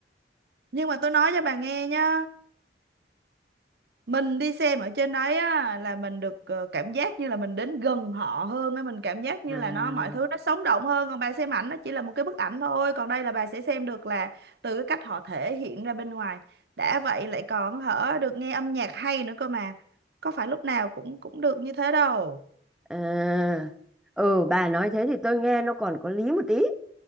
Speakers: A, on the right; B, in the centre.
A: nhưng mà tôi nói cho bà nghe nhá mình đi xem ở trên đấy á là mình được ờ, cảm giác như là mình đến gần họ hơn ấy mình cảm giác như
B: à
A: là nó mọi thứ nó sống động hơn còn bà xem ảnh nó chỉ là một cái bức ảnh thôi còn đây là bà sẽ xem được là từ cái cách họ thể hiện ra bên ngoài đã vậy lại còn hở được nghe âm nhạc hay nữa cơ mà có phải lúc nào cũng cũng được như thế đâu
B: à ừ bà nói thế thì tôi nghe nó còn có lý một tí